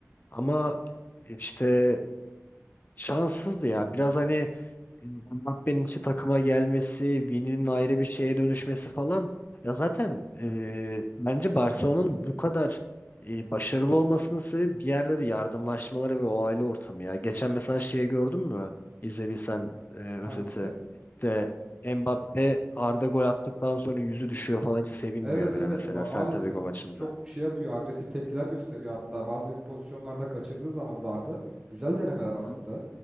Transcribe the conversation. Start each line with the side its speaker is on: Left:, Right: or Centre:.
Left: Ama işte Şanssızdı ya. Biraz hani Mbappe'nin işte takıma gelmesi, Vini'nin ayrı bir şeye dönüşmesi falan. Ya zaten e, bence Barcelona'nın bu kadar e, başarılı olmasının sebebi bir yerde de yardımlaşmaları ve o aile ortamı ya. Geçen mesela şeyi gördün mü? İzlediysen e, özeti.
Right: Hangisine?
Left: De Mbappe Arda gol attıktan sonra yüzü düşüyor falan hiç sevinmiyor
Right: Evet
Left: bile
Right: evet
Left: mesela
Right: ma-
Left: Celta
Right: maalesef
Left: Vigo maçında.
Right: çok şey yapıyor agresif tepkiler gösteriyor hatta bazı pozisyonlarda kaçırdığı zaman da Arda güzel denemeler
Left: Hı
Right: aslında
Left: hı.